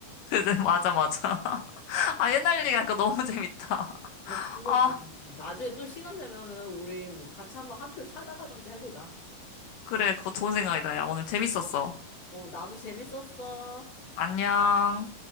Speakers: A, on the left; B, on the left.
A: 그래 <laughs> 맞아 맞아. <laughs> 아 옛날 얘기하니까 너무 <laughs> 재밌다.
B: 아, 그러니까.
A: 아
B: 나중에 또 시간 되면은 우리 뭐 같이 한번 학교 찾아가든지 해보자.
A: 그래 그거 좋은 생각이다. 야 오늘 재밌었어.
B: 어, 나도 재밌었어.
A: 안녕.